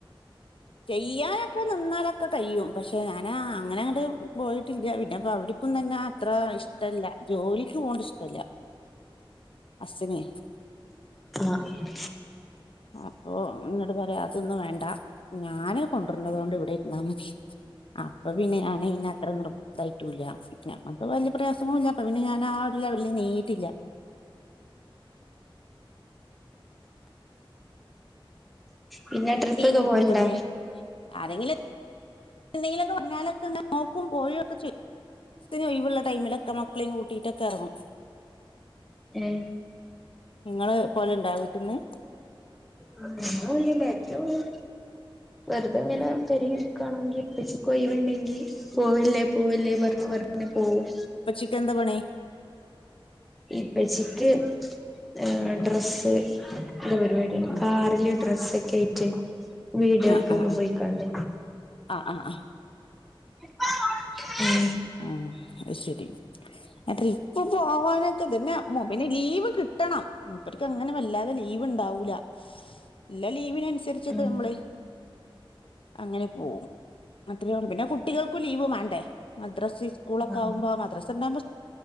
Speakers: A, on the left (about 70°); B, in the centre.
A: ചെയ്യാനൊക്കെ നിന്നാലൊക്കെ ചെയ്യാനൊക്കെ നിന്നാ അതൊക്കെ കഴിയും പക്ഷേ ഞാനാ അങ്ങനാണ്ട് പോയിട്ടില്ല പിന്ന അപ്പൊ അവര് ക്കും തന്നെ അത്ര ഇഷ്ടമല്ല ജോലിക്ക് പോക്ണ് ഇഷ്ടല്ല ഹസ്സിന്
B: ആഹ് ഉം
A: അപ്പൊ എന്നോട് പറയാ അതൊന്നും വേണ്ട ഞാന് കൊണ്ടര്ന്നോണ്ട് ഇവിടെ ഇരുന്നാ മതി അപ്പൊ പിന്നെ ഞാൻ അതിന് അത്ര നിർ ന്തായിട്ടുംല്ല ഞങ്ങൾക്ക് വലിയ പ്രയാസങ്ങളുല്ല അപ്പൊ പിന്നെ ഞാൻ ആ ഒരു ലെവലിൽ നീങ്ങീറ്റില്ല
B: പിന്നെ ട്രിപ്പൊക്കെ
A: പിന്നെ
B: പോവലുണ്ടോ
A: ആരെങ്കിലും എന്തെങ്കിലൊക്കെ വന്നാലൊക്കെ നോക്കും പോയൊക്കെ ചെയ്യും സ്തിന് ഒഴിവുള്ള ടൈമിലൊക്കെ മക്കളെയും കൂട്ടിട്ടൊക്കെ എറങ്ങും
B: ഏഹ്
A: നിങ്ങള് പോവല്ണ്ടോ വിട്ടിന്ന്
B: <unintelligible> വെർതെങ്ങനെ വെർതെങ്ങനെ
A: ഉം
B: പെരീല് ഇരിക്കുമ്പോ ക്കാണെങ്കി സ്കൂള് ലീവ്ണ്ടങ്കി പോവല്ലേ പോവല്ലേ പറഞ്ഞ് പറഞ്ഞ് പോവും
A: ഇപ്പച്ചിക്ക് എന്താ പണി
B: ഇപ്പച്ചിക്ക് ഏ ഡ്രസ്സ് അങ്ങന പരുപാടി
A: ഉം
B: കാറില് ഡ്രസ്സൊക്കെ ആയിട്ട് വീടുകൾക്കൊക്കെ
A: ആ ആ ആ
B: പോയിട്ട് ക്കാണ്ട്
A: ആ ആ ആ
B: <unintelligible> ഉം
A: ആഹ് അത്ശരി ട്രിപ്പ് പോവാനൊക്കെ തന്നെ പിന്നെ ലീവ് കിട്ടണം മൂപ്പര്ക്ക് അങ്ങനെ വല്ലാതെ ലീവ്ണ്ടാവൂല ഇല്ല ലീവിന് അനുസരിച്ചൊക്കെ
B: ഉം
A: നമ്മള് അങ്ങനെ ഓഹ് അത്രയൊള്ളൂ പിന്നെ കുട്ടികൾക്കും ലീവ് വാണ്ടേ മദ്രസിം സ് സ്കൂളൊക്കെ
B: ആഹ്
A: ആവുമ്പോ മദ്രസ ഉണ്ടാവും